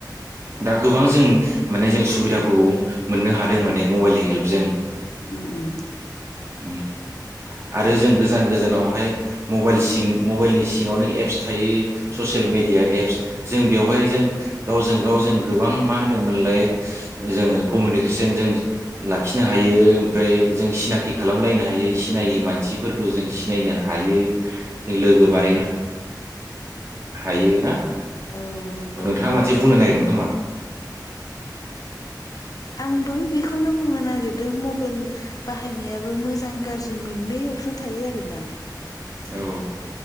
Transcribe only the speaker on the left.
उम्म उम्म ।
औ
औ
औ नंगौ
नोंथां
आंबो बेखौनो बुंनो नागिरदों मबाइल बाहायनायाबो मोजां गारजि मोननै अपसन थायो आरोना ।